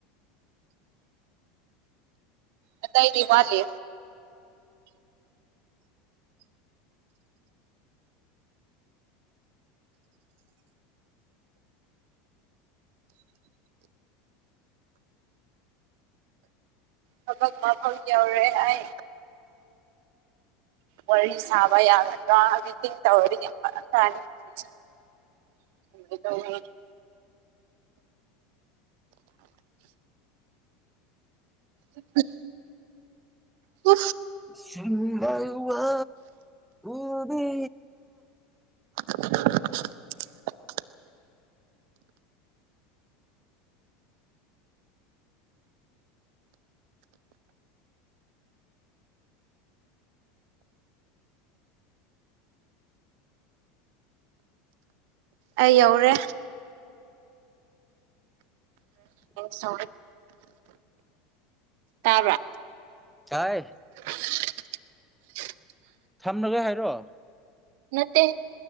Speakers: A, on the right; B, in the centre.
A: ꯑ ꯇꯥꯏꯗꯤ ꯃꯥꯂꯤꯦ ꯍꯕꯛ ꯃꯥ ꯐ ꯌꯥꯎꯔꯦ ꯍꯥꯏ ꯋꯥꯔꯤ ꯁꯥꯕ ꯌꯥꯕꯤꯡ ꯇꯧꯔꯤꯅꯤꯡ <unintelligible> <unintelligible> ꯎꯝ ꯄꯨ
B: ꯁꯕ ꯋꯥ ꯎꯗ
A: <unintelligible> ꯑꯩ ꯌꯧꯔꯦ ꯁ ꯇꯥꯕ꯭ꯔꯥ
B: ꯁꯑ
A: <inaudible>
B: ꯊꯝꯅꯒ ꯍꯥꯏꯔꯣ
A: ꯅꯠꯇꯦ